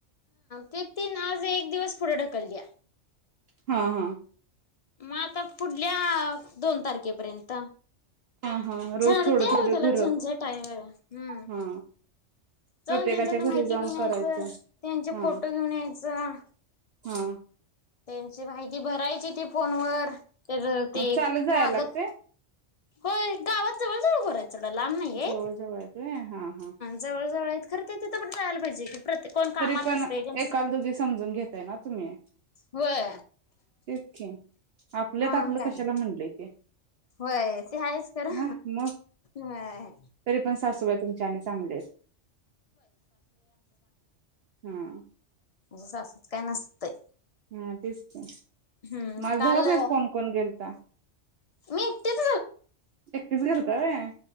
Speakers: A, on the left (about 50°); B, on the right (about 65°).
A: ते तीन आज एक दिवस पुढे ढकलली
B: हा हा
A: मग आता पुढल्या दोन तारखे पर्यंत
B: हा हा रोज
A: झाडते
B: थोडं थोडं
A: ह त्याला
B: घर
A: झंझाटाय हम्म
B: हा प्रत्येकाच्या
A: जाऊन त्यांच्यात
B: घरी
A: माहिती
B: जाऊन
A: घेऊन
B: करायचं
A: यायचं त्यांचे
B: हा
A: फोटो घेऊन यायचं
B: हा
A: त्यांची माहिती भरायची ती फोन व तर ते
B: चालत जायला
A: कागद
B: लागतय
A: हो गावात जवळ जवळ घर आहेत. लांब नव्हेत
B: जवळ जवळ आहे ते हा हा
A: जवळ जवळ खर ते तर आपण जायला पाहिजे. प्रत्येक कोण कामात
B: तरी पण
A: असते त्यांच
B: एकाल दोघी समजून घताय ना तुम्ही
A: होय
B: तिचके आपल्यात
A: म्हणून
B: आपलं
A: काय
B: कशाला म्हणले, ते
A: होय, ते आहेच खरा
B: ह मग
A: हय
B: तरी पण सासूबाई तुमच्या आणि चांगले आहेत हम्म
A: माझ्या सासूच काय नसतय.
B: हा तेच तर
A: हम्म
B: माझ <unintelligible>
A: काल
B: नाही कोण कोण गेलता
A: मी एकटीच
B: एकटीच गेलता व्हयं